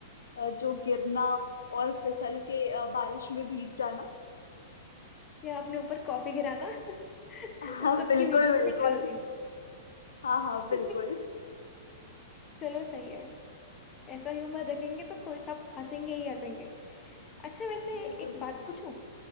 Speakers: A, on the left; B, on the left.
A: अ, जो गिरना और फिसल के अ, बारिश में भीग जाना
B: या अपने ऊपर कॉफी गिराना <laughs>
A: हाँ
B: उन सबकी
A: बिल्कुल
B: वीडियोस
A: बिल्कुल
B: भी डाल दी
A: हाँ हाँ बिल्कुल
B: <laughs> चलो सही है ऐसा ह्यूमर रखेंगे तो कोई सब हंसेंगे ही हंसेंगे अच्छा वैसे
A: बिल्कुल
B: एक
A: सही
B: बात
A: कहा
B: पूछूं